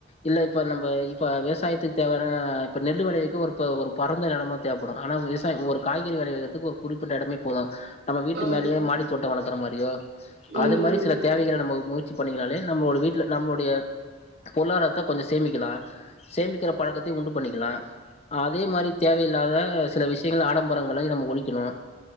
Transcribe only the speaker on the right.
ம் ம் ஆமா
ம்
ம்